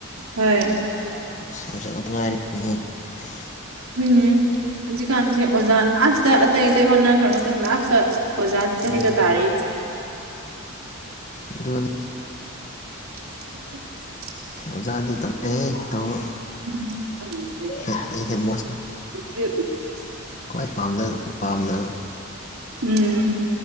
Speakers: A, on the right (about 85°); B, on the left (about 35°).
A: ꯍꯣꯏ
B: <unintelligible>
A: ꯍꯨꯢꯅꯦ ꯍꯨꯖꯤꯛꯀꯥꯟꯖꯦ ꯑꯣꯖꯥ ꯂꯥꯁꯇ ꯑꯇꯩ ꯑꯇꯩ ꯍꯣꯠꯅꯈ꯭ꯔ ꯃꯇꯨꯡ ꯂꯥꯁꯇ ꯑꯣꯖꯥ ꯗ
B: ꯎꯝ
A: ꯍꯦꯛꯇ ꯇꯥꯔꯤ
B: ꯑꯗꯨꯅꯤ
A: <inaudible>
B: ꯑꯣꯖꯥꯗꯤ <unintelligible> ꯇꯧꯕ
A: ꯎꯝ ꯌꯥꯝ ꯃꯨꯟꯕꯩ
B: ꯍꯦꯠ ꯑꯩ ꯍꯦꯠ ꯃꯣꯁꯅꯤ
A: ꯆꯦ <unintelligible>
B: ꯈ꯭ꯋꯥꯏ ꯄꯥꯝꯗ ꯄꯥꯝꯗꯕ
A: ꯎꯝ